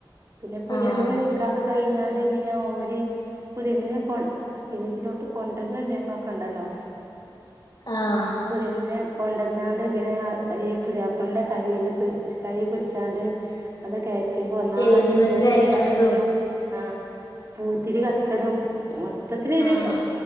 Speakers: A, on the right; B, on the left.
A: പിന്നെ പുതിയണ്ണിനെ
B: ആഹ്
A: നിക്കാഹ് കഴിഞ്ഞാണ്ട് പിന്ന ഓര് പുതിയെണ്ണിനെ കൊ സ് സ്റ്റേജിലോട്ട് കൊണ്ടര്ണ രാങ്ങോക്കെണ്ടല്ലോ
B: ആഹ്
A: പുത്യണ്ണിനെ കൊണ്ടന്നാണ്ട് പിന്നെ ഈ പുതിയാപ്പളന്റെ കൈല് പിടിച്ച് കൈ പിടിച്ചാണ്ട് അത് കയറ്റുമ്പോ
B: സ്റ്റേജിമക്ക്
A: ഒന്നായിട്ട് പൂത്തിരി
B: കയറ്റണതും
A: കത്തലും ആഹ് പൂത്തിരി കത്തലും മൊത്തത്തിലൊര്
B: ആഹ്